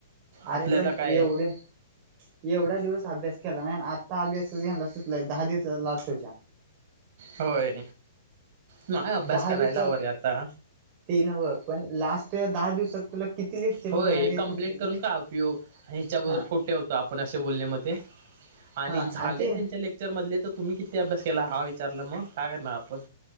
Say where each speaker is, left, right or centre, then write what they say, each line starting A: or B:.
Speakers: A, on the right (about 35°); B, on the right (about 55°).
A: अरे
B: आपल्याला
A: पण
B: काय
A: एवढे एवढा दिवस अभ्यास केला नाही आत्ता अभ्यासला सुचला दहा दिवस लास्टच्या
B: होय नाहीय अभ्यास
A: दहा
B: करायला
A: दिवसात
B: ह रे आता
A: ते नव्ह पण लास्ट या दहा दिवसात तुला किती लेक्चर
B: होय
A: होणार ते
B: कमप्लेंट
A: तू किती
B: करून का उपयोग ह्याच्या अगोदर
A: हा
B: कुठे होतो आपण असे बोलण्यामध्ये आणि
A: हा
B: झालंय
A: ते
B: त्यांच्या लेक्चर मधले त तुम्ही किती अभ्यास केला, हा विचारला मग काय करणार आपण.